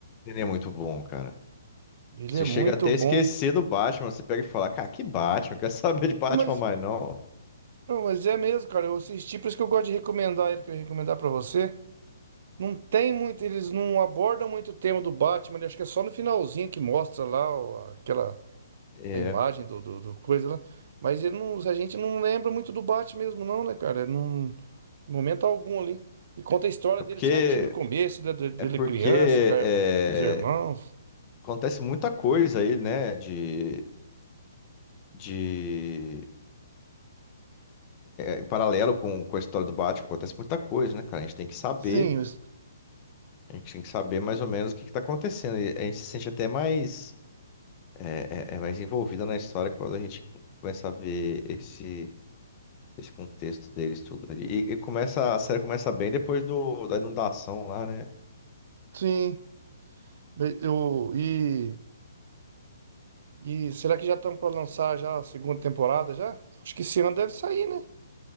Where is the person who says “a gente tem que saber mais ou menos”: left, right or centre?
Left